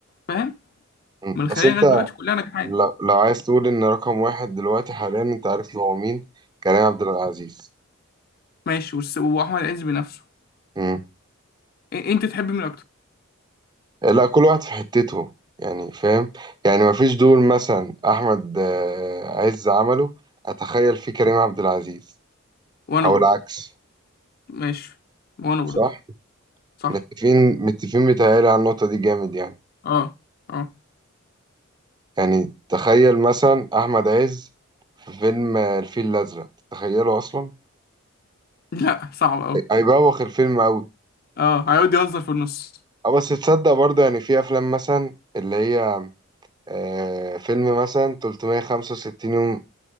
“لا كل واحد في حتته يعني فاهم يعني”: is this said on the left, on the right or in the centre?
Right